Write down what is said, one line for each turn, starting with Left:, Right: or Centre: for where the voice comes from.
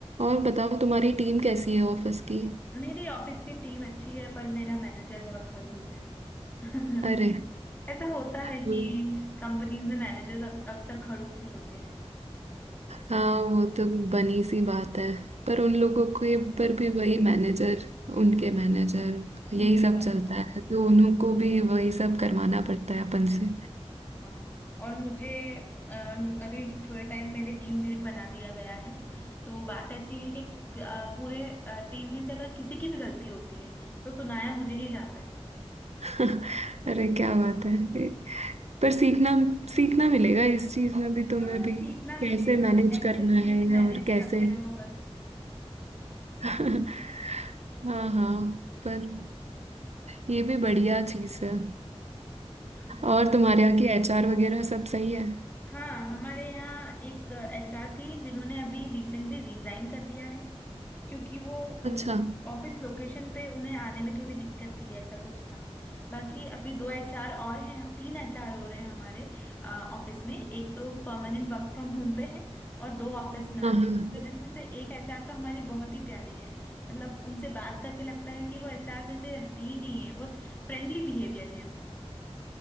Right: और बताओ तुम्हारी टीम कैसी है ऑफिस की
Left: मेरी ऑफिस की टीम अच्छी है पर मेरा मैनेजर बहुत खड़ूस है <laughs>
Right: अरे
Left: ऐसा होता है कि
Right: <laughs> वो-
Left: कंपनीज में मैनेजर्स अक्सर खड़ूस ही होते हैं
Right: हाँ वो तो बनी सी बात है पर उन लोगों के पर भी वही मैनेजर उनके मैनेजर
Left: ये
Right: यही सब
Left: बात
Right: चलता
Left: तो है
Right: है तो उन्हों को भी वही सब करवाना पड़ता है अपन से
Left: हाँ और मुझे अम, अभी थोड़े टाइम पहले टीम लीड बना दिया गया है तो बात ऐसी है कि अ, पूरे टीम में से अगर किसी की भी गलती होती है तो सुनाया मुझे ही जाता है
Right: <laughs> अरे क्या बात है पर सीखना सीखना मिलेगा इस चीज में भी तुम्हें
Left: हाँ
Right: भी
Left: सीखना मिलेगा
Right: कैसे मैनेज
Left: एक्सेल
Right: करना
Left: शीट
Right: है
Left: मैनेज
Right: और कैसे
Left: करते रहो बस
Right: <laughs> हाँ हाँ पर ये भी बढ़िया चीज है
Left: <laughs>
Right: और तुम्हारे यहाँ की एचआर वगैरह सब सही है
Left: हाँ हमारे यहाँ एक एचआर थी जिन्होंने अभी रिसेंटली रिजाइन कर दिया है क्योंकि वो
Right: अच्छा
Left: ऑफिस लोकेशन पे उन्हें आने में थोड़ी दिक्कत थी ऐसा कुछ था बाकी अभी दो एचआर और हैं तीन एचआर हो रहे हैं हमारे ऑफिस में एक तो परमानेंट वर्क फ्रॉम होम पे है और दो ऑफिस में आ
Right: हाँ हाँ
Left: तो जिसमें से एक एचआर तो हमारी बहुत ही प्यारी है मतलब उनसे बात करके लगता है कि वो एचआर जैसे रहती ही नहीं है बहुत फ्रेंडली बिहेवियर है उनका